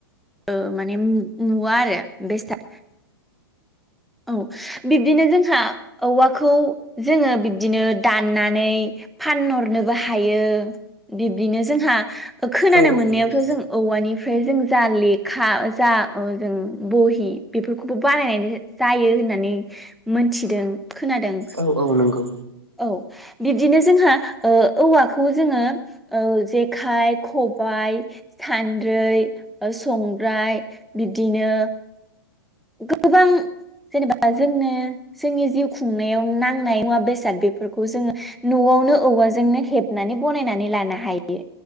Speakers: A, in the centre; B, on the right.
A: ओ माने मु मुवा आरो बेस्था औ बिब्दिनो जोंहा औवा खौ जोङो बिब्दिनो दाननानै फानहरनोबो हायो बिब दिनो जोंहा ओ खोनानो
B: औ औ
A: मोननायावथ'
B: नंगौ
A: जों औवानि फ्राय जों जानलि खा जा ओ जों बहि बेफोरखौबो बाहायनाय जायो होननानै मोनथिदों खोनादों
B: औ औ नंगौ
A: औ । बिब्दिनो जोंहा ओ औवाखौ जोङो ओ जेखाइ खबाइ सानद्रै ओ संग्राय बिब्दिनो गोबां जेनेबा जोंनो जोंनि जिउ खुंनायाव नांनाय मुवा बेसाद बेफोरखौबो जोङो नआव आवनो औवाजोंनो हेबनानै बनायनानै लानो हायो